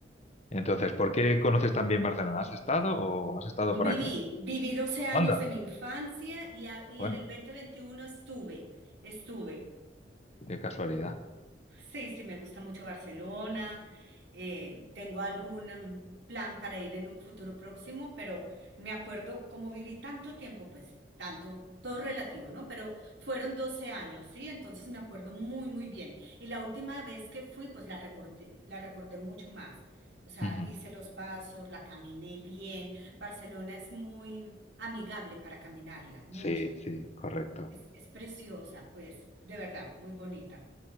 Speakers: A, on the left; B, on the right.
A: Entonces, ¿por qué conoces tan bien Barcelona? ¿Has estado o has estado por
B: Viví,
A: aquí?
B: viví 12 años
A: Anda.
B: de mi infancia y, a- y
A: Bueno,
B: en el 2021 estuve, estuve.
A: qué casualidad.
B: Sí, sí, me gusta mucho Barcelona. eh, tengo algún mm, plan para ir en un futuro próximo, pero me acuerdo como viví tanto tiempo, pues tanto, todo relativo, ¿no? Pero fueron 12 años, ¿sí? Entonces me acuerdo muy, muy bien. Y la última vez que fui, pues la recordé, la recordé mucho más. O sea,
A: Ujú.
B: hice los pasos, la caminé bien. Barcelona es muy amigable para caminarla, mucho.
A: Sí, sí, correcto.
B: Es, es preciosa, pues, de verdad, muy bonita.